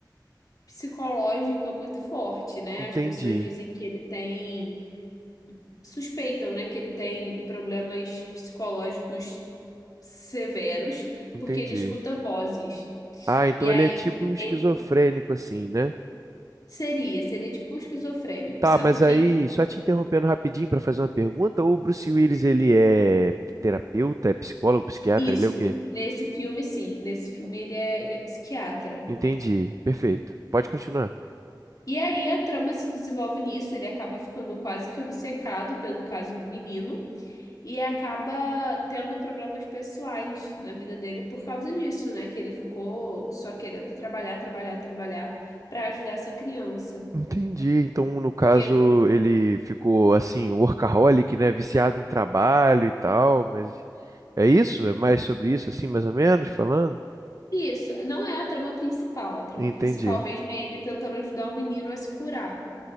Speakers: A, on the left; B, on the right.
A: psicológica muito forte, né?
B: entendi.
A: As pessoas dizem que ele tem, suspeitam, né, que ele tem problemas psicológicos severos,
B: Entendi.
A: porque ele escuta vozes.
B: Ah, então
A: E aí
B: ele é tipo um esquizofrênico,
A: ele
B: assim, né?
A: seria, seria tipo um esquizofrênico,
B: Tá,
A: sendo
B: mas
A: que
B: aí, só te interrompendo rapidinho para fazer uma pergunta, o Bruce Willis, ele é terapeuta, é psicólogo, psiquiatra,
A: isso,
B: ele é o quê?
A: nesse filme sim, nesse filme ele é, ele é psiquiatra.
B: Entendi, perfeito. Pode continuar.
A: E aí a trama se desenvolve nisso, ele acaba ficando quase que obcecado pelo caso do menino. E acaba tendo problemas pessoais na vida dele por causa disso, né? Que ele ficou só querendo trabalhar, trabalhar, trabalhar pra ajudar essa criança.
B: Entendi. Então, no caso,
A: Porque
B: ele ficou assim, workaholic, né? Viciado em trabalho e tal, mas é isso? É mais sobre isso, assim, mais ou menos, falando?
A: isso não é a trama principal. A trama
B: Entendi.
A: principal mesmo é ele tentando ajudar o menino a se curar.